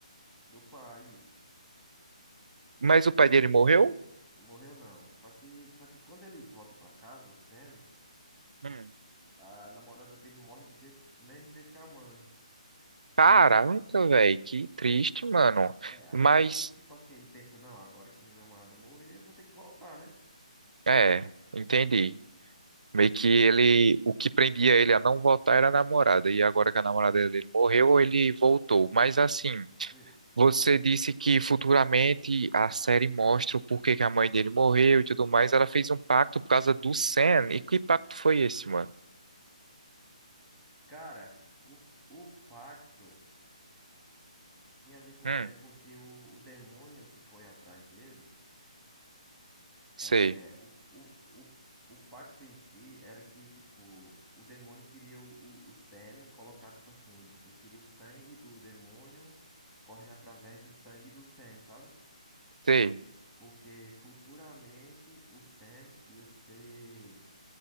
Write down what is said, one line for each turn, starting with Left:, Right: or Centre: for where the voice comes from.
Centre: do pai, isso.
Right: Mas
Centre: Só que
Right: o pai dele morreu?
Centre: s- morreu não. Só que, só que quando ele volta pra casa, o Sam,
Right: Hum.
Centre: a namorada dele morre do jeito, do mesmo jeito que a mãe.
Right: Caraca, velho, que triste, mano.
Centre: É, aí,
Right: Mas,
Centre: tipo assim, ele pensa, não, agora que minha namorada morrer, eu vou ter que voltar, né?
Right: é, entendi. Meio que ele, o que prendia ele a não voltar era a namorada, e agora que a namorada dele morreu, ele voltou. Mas assim.
Centre: É tipo isso.
Right: Você disse que futuramente a série mostra o porquê que a mãe dele morreu e tudo mais. Ela fez um pacto por causa do Sam. E que pacto foi esse, mano?
Centre: Cara, o, o pacto tinha a ver com
Right: Hum,
Centre: o Sam porque o, o demônio que foi atrás dele,
Right: sei,
Centre: é, o, o, o, o pacto em si era que, tipo, o demônio queria o, o, o Sam colocar, tipo assim, ele queria o sangue do demônio correndo através do sangue do Sam, sabe?
Right: sei.
Centre: Porque futuramente o Sam ia ser,